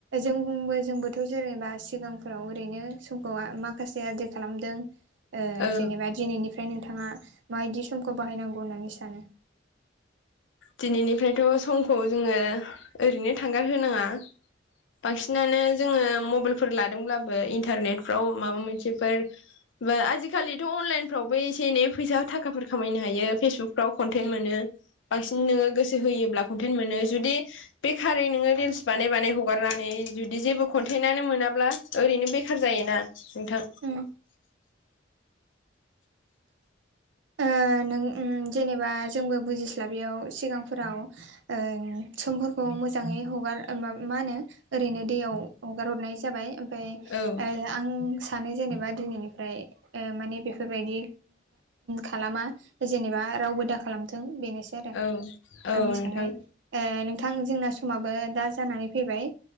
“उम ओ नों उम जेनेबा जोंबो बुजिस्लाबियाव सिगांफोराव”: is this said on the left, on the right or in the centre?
Right